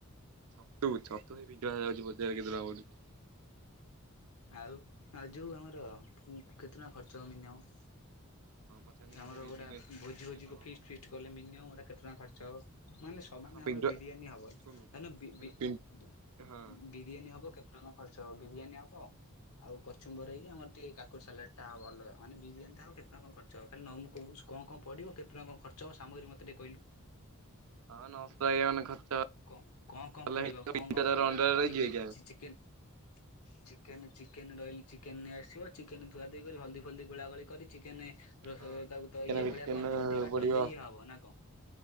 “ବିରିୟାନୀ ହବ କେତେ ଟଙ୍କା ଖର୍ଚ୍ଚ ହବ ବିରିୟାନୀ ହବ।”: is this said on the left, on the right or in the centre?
Left